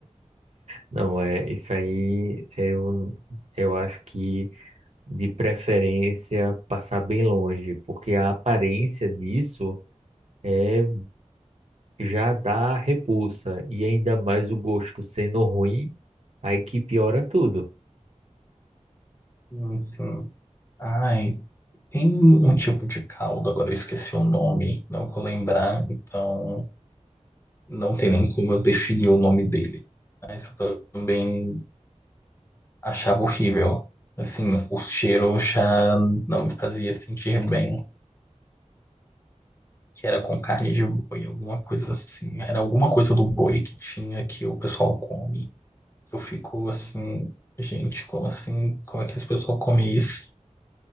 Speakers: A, on the right (about 60°); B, on the left (about 20°).
A: Não, é, isso aí eu, eu acho que de preferência passar bem longe, porque a aparência disso. é já dá repulsa. E ainda mais o gosto sendo ruim, aí que piora tudo.
B: Hum, sim ai, tem um tipo de caldo, agora eu esqueci o nome, não vou lembrar, então. Não tem nem como eu definir o nome dele. Mas eu também achava horrível. Assim, o cheiro já não me fazia sentir bem. Que era
A: E,
B: com carne de boi, alguma coisa assim. Era alguma coisa do boi que tinha que o pessoal come. Eu fico assim, gente, como assim? Como é que as pessoas comem isso?